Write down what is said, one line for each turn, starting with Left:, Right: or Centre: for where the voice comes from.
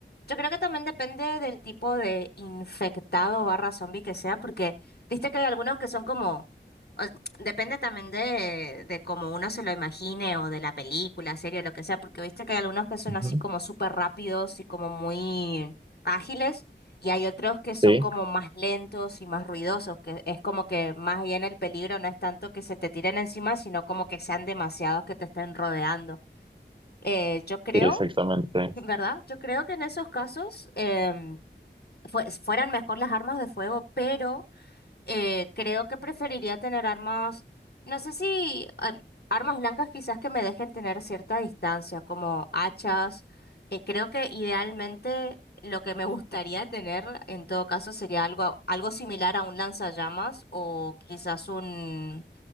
Left: Yo creo que también depende del tipo de infectado barra zombie que sea, porque viste que hay algunos que son como, o- depende también de, de cómo uno se lo imagine o de la película, serie, lo que sea, porque viste que hay algunos que son
Right: Ujú.
Left: así como súper rápidos y como muy ágiles, y hay otros que
Right: Sí,
Left: son como más lentos y más ruidosos, que es como que más bien el peligro no es tanto que se te tiren encima, sino como que sean demasiados que te estén rodeando. Eh, yo creo.
Right: sí, exactamente.
Left: ¿verdad? Yo creo que en esos casos em, fue- fueran mejor las armas de fuego, pero eh, creo que preferiría tener armas, no sé si em, armas blancas quizás que me dejen tener cierta distancia, como hachas, que creo que idealmente lo que me <laughs> gustaría tener en todo caso sería algo, algo similar a un lanzallamas o quizás un,